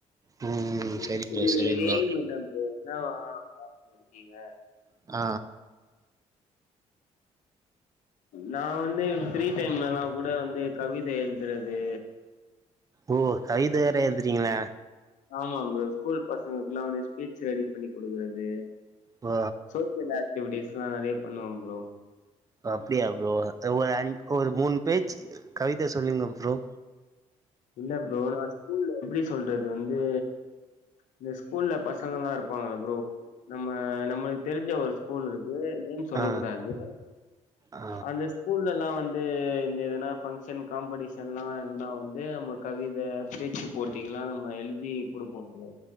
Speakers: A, on the right; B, on the left.
A: ம்
B: ப்ரோ
A: சரி சரி
B: நீங்க
A: ப்ரோ
B: என்ன ப்ரோ என்ன பாத்துட்றீக்கீங்க
A: ஆ
B: நா வந்து ஃப்ரீ டைம்ல்லா கூட வந்து கவித எழுதுறது
A: ஓ கவித வேற எழுதுறீங்களா
B: ஆமாம் ப்ரோ ஸ்கூல் பசங்களுக்குல்லா வந்து ஸ்பீச் ரெடி பண்ணி குடுக்குறது
A: ஆ
B: சோசியல் ஆக்டிவிட்டிஸ்லா நறைய பண்ணுவம் ப்ரோ
A: ஓ அப்டியா ப்ரோ ஒரு அஞ் ஒரு மூணு பேஜ் கவித சொல்லுங்க ப்ரோ
B: இல்ல ப்ரோ நா ஸ்கூல்ல எப்டி சொல்றது வந்து இந்த ஸ்கூல்ல பசங்கள்ல்லா இருப்பாங்கள ப்ரோ நம்ம நம்மள் தெரிஞ்ச ஒரு ஸ்கூல் இருக்கு நேம் சொல்ல
A: ஆ
B: கூடாது
A: ஆ
B: அந்த ஸ்கூல்லெல்லா வந்து இந்த எதனா பங்க்ஷன் காம்படிஷன்னா எல்லாம் வந் து நம்ம கவித பேச்சு போட்டிக்கெல்லாம் நம்ம எழுதி குடுப்போம் ப்ரோ